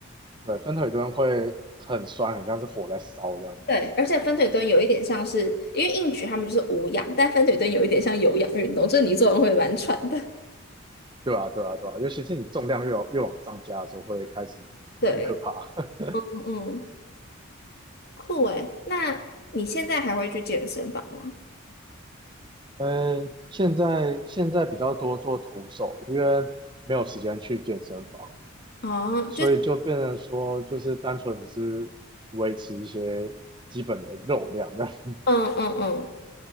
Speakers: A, on the right; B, on the left.
A: 对，分腿蹲会很酸，很像是火在烧这样。
B: 对，而且分腿蹲有一点像是，因为硬举他们就是无氧，但分腿蹲有一点像有氧运动，就是你做完会蛮喘的。
A: 对啊，对啊，对啊，尤其是你重量越越往上加的时候，会开始很可怕。
B: 对，
A: <laughs>
B: 嗯，嗯酷诶。那你现在还会去健身房吗？
A: 嗯，现在现在比较多做徒手，因为没有时间去健身房，
B: 哦，
A: 所以就变成说，
B: 就是，
A: 就是单纯只是维持一些基本的肉量这样。<laughs>
B: 嗯嗯嗯，